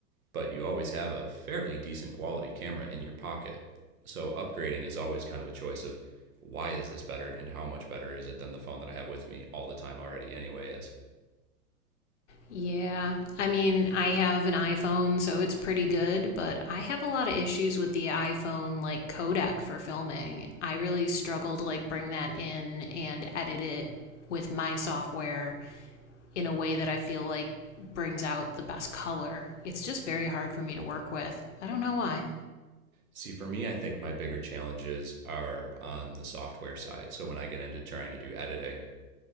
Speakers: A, on the right; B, on the left.
A: but you always have a fairly decent quality camera in your pocket. So upgrading is always kind of a choice of why is this better and how much better is it than the phone that I have with me all the time already anyway is.
B: Yeah. I mean, I have an iPhone, so it's pretty good, but I have a lot of issues with the iPhone like codec for filming. I really struggle to like bring that in and edit it with my software in a way that I feel like brings out the best color. It's just very hard for me to work with. I don't know why.
A: See, for me, I think my bigger challenges are on the software side. So when I get into trying to do editing,